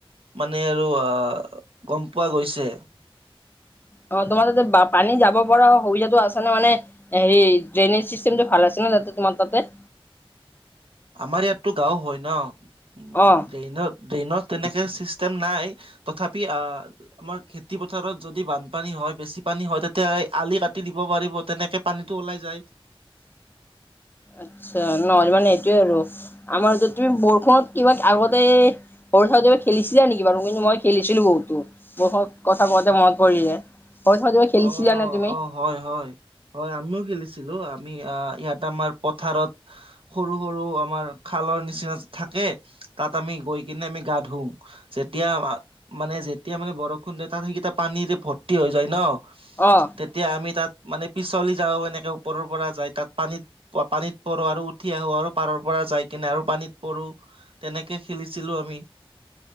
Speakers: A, on the right (about 70°); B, on the left (about 20°).
A: মানে আৰু আহ গম পোৱা গৈছে।
B: অ তোমাৰ তাতে পানী যাব পৰা সুবিধাো আছে নে মানে হেৰি ড্ৰেইনেজ চিষ্টেমটো ভাল আছে ন তাতে তোমাৰ তাতে?
A: আমাৰ ইয়াততো গাও হয় ন,
B: অ',
A: ড্ৰেইনত। ড্ৰেইনত তেনেকে চিষ্টেম নাই তথাপি আ আমাৰ খেতি পথাৰত যদি বানপানী হয় বেছি পানী হয় তেতিয়া আলি কাটি দিব পাৰিব তেনেকে পানীতটো ওলাই যায়।
B: আচ্ছা নহ'লে মানে এটোয়ে আৰু আমাৰ তুমি বৰষুণত কিবা আগতে সৰু থকোতে খেলিছিলা নেকি বাৰু কিন্তু মই খেলিছিলো বহুতো। বহুত কথা কওঁতে মন পৰিলে। সৰু থাকোতে কিবা খেলিছিলা
A: অ
B: নে তুমি?
A: অ হয় হয় হয় আমিও খেলিছিলো আমি আহ ইয়াত আমাৰ পথাৰত। সৰু সৰু আমাৰ খালৰ নিচিনা থাকে তাত আমি গৈ কিনে আমি গা ধুও। যেতিয়া মানে যেতিয়া মানে বৰষুণ দিয়ে তাত সেইকেইটা পানী যে ভৰ্তি হৈ যায় ন।
B: অৱ।
A: তেতিয়া আমি তাত মানে পিছলি যাওঁ এনেকে ওপৰৰ পৰা যায় তাত পানীত। পানীত পৰো আৰু উঠি আহো আৰু পাৰৰ পৰা যাই কিনে আৰু পানীত পৰো। তেনেকে খেলিছিলো আমি,